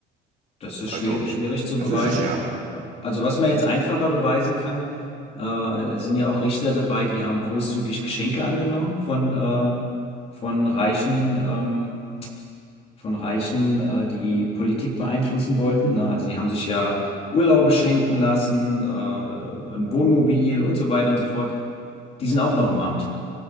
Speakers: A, on the left; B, on the right.
A: Das ist
B: Also,
A: schwierig, schwierig zu
B: das
A: beweisen.
B: ist es ja.
A: Ja. Also was man jetzt einfacher beweisen kann, äh, es sind ja auch Richter dabei, die haben großzügig Geschenke angenommen von, äh, von reichen ähm, von Reichen, äh, die Politik beeinflussen wollten. Ne? Also die haben sich ja Urlaube schenken lassen, äh, ein Wohnmobil und so weiter und so fort. Die sind auch noch im Amt.